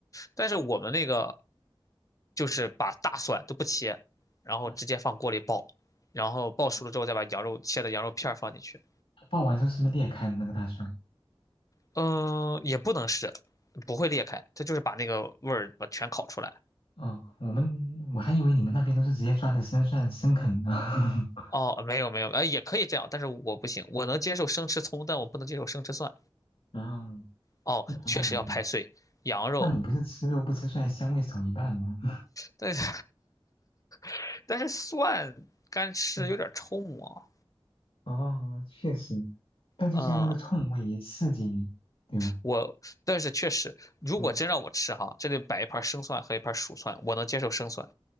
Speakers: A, on the left (about 35°); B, on the left (about 70°).
A: 但是我们那个就是把大蒜都不切，然后直接放锅里爆，
B: 嗯，
A: 然后爆熟了之后再把羊肉切的羊肉片儿放进去。
B: 哦它爆完之后是不是裂开的那个大蒜？
A: 嗯，也不能是，不会裂开，它就是把那个味儿把全烤出来。
B: 哦，我们我还以为你们那边都是直接抓的生蒜生啃的，<laughs>
A: 哦，没有没有，呃，也可以这样，但是我不行，我能接受生吃葱，但我不能接受生吃蒜。
B: 嗯，
A: 哦，
B: 那还
A: 确实要拍碎羊肉，
B: 那你不是吃肉不吃蒜，香味少一半吗？
A: 但是 <laughs> 但是蒜干吃有点冲啊。
B: <laughs> 哦，确实，但就是要那个冲味也刺激你，
A: 嗯，
B: 对吧？
A: 我，但是确实，如果真让我吃哈，
B: 嗯
A: 这里摆一盘生蒜和一盘熟蒜，我能接受生蒜，